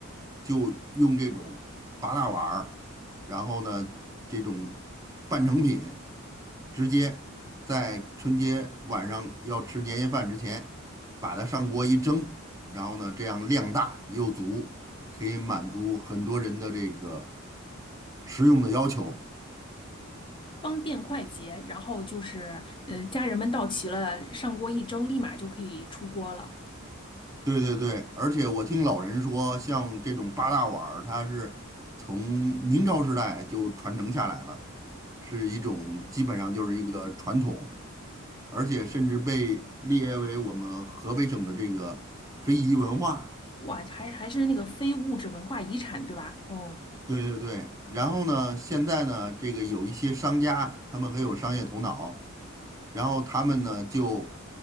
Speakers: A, on the right (about 15°); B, on the left (about 25°).
A: 就用这种八大碗儿，然后呢，这种半成品，直接在春节晚上要吃年夜饭之前，把它上锅一蒸，然后呢，这样量大又足，可以满足很多人的这个食用的要求。
B: 方便快捷，然后就是，呃，家人们到齐了，上锅一蒸，立马就可以出锅了。
A: 对对对，而且我听老人说，像这种八大碗儿，它是从明朝时代就传承下来了，是一种基本上就是一个传统，而且甚至被列为我们河北省的这个非遗文化。
B: 哇，还还是那个非物质文化遗产，对吧？哦，
A: 对对对，然后呢，现在呢，这个有一些商家，他们很有商业头脑，然后他们呢就